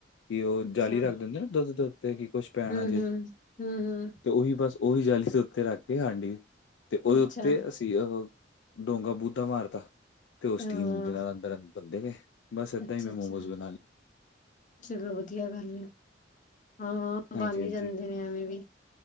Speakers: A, on the left; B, on the left.
A: ਕਿ ਉਹ
B: ਅੱਛਾ
A: ਜਾਲੀ ਰੱਖ ਦਿੰਦੇ ਦੁੱਧ ਦੇ ਉੱਤੇ ਕਿ ਕੁੱਛ ਪੈਣਾ
B: ਹਮ
A: ਜੇ
B: ਹਮ ਹਮ ਹਮ
A: ਤੇ ਉਹੀ ਬਸ ਉਹੀ ਜਾਲੀ ਦੇ ਉੱਤੇ ਰੱਖਕੇ ਹਾਂਡੀ ਤੇ ਉਹਦੇ
B: ਅੱਛਾ
A: ਉੱਤੇ ਅਸੀਂ ਦੀ ਉਹ ਡੋਂਗਾ ਮੂਦਾ ਮਾਰਤਾ ਤੇ ਉਸ
B: ਹਾਂ
A: ਟੀਮ ਦੇ ਨਾਲ ਅੰਦਰ ਬੰਦੇ ਗਏ। ਬਸ ਏਧਾਂ
B: ਅੱਛਾ
A: ਹੀ ਮੈਂ
B: ਅੱਛਾ
A: ਮੋਮੋਜ਼
B: ਚਲੋ ਵਧੀਆ ਗੱਲ ਹੈ ਹਾਂ
A: ਹਾਂਜੀ
B: ਬਣ ਹੀ
A: ਹਾਂਜੀ
B: ਜਾਂਦੇ ਨੇ। ਐਵੇਂ ਵੀ